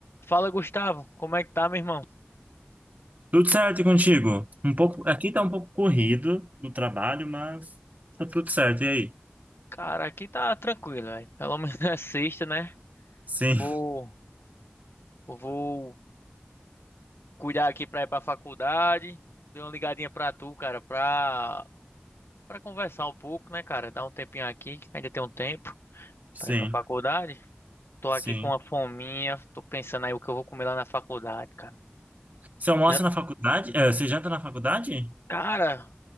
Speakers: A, on the left; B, on the right.
A: Fala, Gustavo. Como é que tá, meu irmão?
B: Tudo certo e contigo? Um pouco, aqui tá um pouco corrido no trabalho, mas tá tudo certo. E aí?
A: Cara, aqui tá tranquilo, velho. Pelo <laughs> menos é sexta, né?
B: Sim,
A: Vou, vou cuidar aqui pra ir pra faculdade. Dei uma ligadinha pra tu, cara, pra, pra conversar um pouco, né, cara? Dar um tempinho aqui, que ainda tem um tempo
B: sim,
A: pra ir pra faculdade. Tô
B: sim.
A: aqui com uma fominha. Tô pensando aí o que eu vou comer lá na faculdade, cara.
B: Você almoça
A: Já,
B: na faculdade? É, você janta na faculdade?
A: cara,